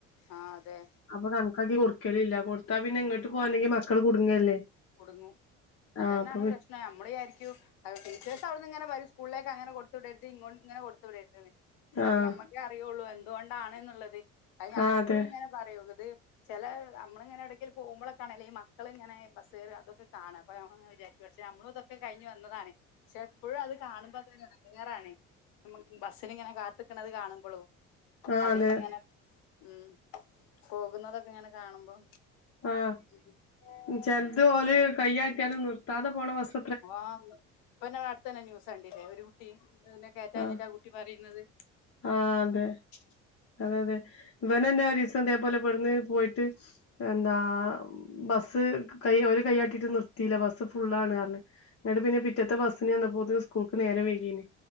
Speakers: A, on the left (about 70°); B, on the left (about 40°).
A: ആഹ് അതെ
B: അപ്പൊ കണക്കാക്കി കൊടുക്കല്‌ല്ല. കൊടുത്താ പിന്നെ ഇങ്ങട്ട് പോരണങ്കി മക്കള് കുടുങ്ങല്ലേ.
A: കുടുങ്ങും. അതന്നെണ്
B: ആഹ് അപ്പൊ പി
A: പ്രശ് നമ്മള് വിചാരിക്കും അ ടീച്ചേഴ്സവിടുന്ന്ങ്ങനെ പറിം സ്കൂളിലേക്ക അങ്ങനെ കൊടുത്ത്‌വിടരുത് ഇൻങ്ങോ ഇങ്ങനെ കൊടുത്ത് വിടരുത്‌ന്ന് ക്ഷത്‌
B: ആഹ്
A: ഞമ്മക്കേ അറിയുള്ളു എന്തുകൊണ്ടാണ്ന്നുള്ളത്. അത് ഞാന
B: ആഹ് അതെ
A: എപ്പഴും ഇങ്ങന പറയും, ഇന്നട്ട് ചെല അമ്മളി ങ്ങനെ എവടക്കൽ പോകുമ്പോളൊക്കെണല്ലേ ഈ മക്കള ഇങ്ങനെ ബസ്റി അതൊക്കെ കാണാം അപ്പൊ വിചാരിക്കും നമ്മള് ഇതൊക്കെ കഴിഞ്ഞ് വന്നതണ് പക്ഷെ എപ്പോഴും അത് കാണുമ്പോ അതൊര് എടങ്ങാറാണ് നമ്മ ബസ്സിന് ഇങ്ങനെ കാത്തിക്കണത് കാണുമ്പോളും
B: ആഹ്
A: അതിലിങ്ങനെ
B: അതെ
A: ഉം പോകുന്നതൊക്കെ ഇങ്ങനെ കാണുമ്പോ
B: ആഹ് ചെലത് ഓല് കയറ്റിയാലും നിർത്താതെ പോണ ബസ്സ്‌
A: ആന്ന് ഇപ്പല്ല കാലത്തെന്നെ ന്യൂസ് കണ്ടീല്ലേ ഒരു കുട്ടി നെ കയറ്റാന്നിട്ട്
B: ആഹ്
A: ആ കുട്ടി കുട്ടി പറയുന്നത്
B: ആഹ് അതെ അതെ അതെ ഇവനെന്നെ ഒരിസം ഇതേ പോലെ ഇബ്ടുന്നു പോയിട്ട് എന്താ ബസ് കൈ ഓല് കയ്യട്ടിട്ട് നിർത്തിയില്ല ബസ് ഫുള്ളാണ് പറഞ്ഞ് എന്നട്ട് പിന്നെ പിറ്റത്തെ ബസ്സിന് ചെന്നപ്പോത്തിന് സ്കൂൾക്ക് നേരെ വൈകിന്